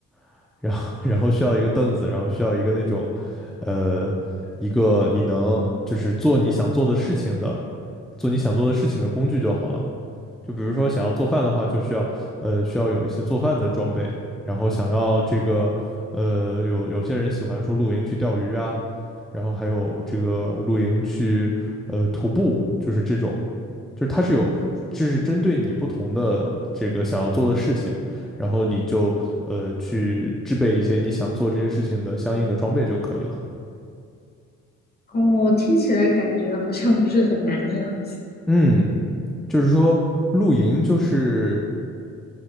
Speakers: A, in the centre; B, on the left.
A: <laughs> 然后然后需要一个凳子，然后需要一个那种呃一个你能就是做你想做的事情的做你想做的事情的工具就好了。就比如说想要做饭的话，就需要呃需要有一些做饭的装备，然后想要这个呃有有些人喜欢说露营去钓鱼啊，然后还有这个露营去呃徒步，就是这种，就是它是有这是针对你不同的这个想要做的事情，然后你就呃去制备一些你想做这些事情的相应的装备就可以了。
B: 哦，听起来感觉好像不是很难的样子。
A: 嗯，就是说露营就是